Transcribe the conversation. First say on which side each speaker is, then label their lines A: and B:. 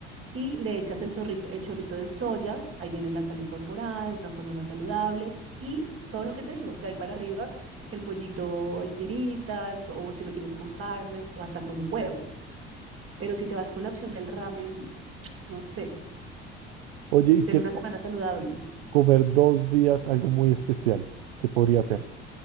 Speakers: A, on the right; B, on the right.
A: y le echas el zorrito- el chorrito de soya, ahí viene la sal incorporada de una forma más saludable y todo lo que te digo, de ahí para arriba, que el pollito en tiritas, que- o si lo quieres con carne o hasta con un huevo. Pero si te vas con la opción del ramen, no sé,
B: Oye, y
A: ten
B: quiero
A: una
B: co-
A: semana saludable,
B: comer dos días algo muy especial. ¿Qué podría hacer?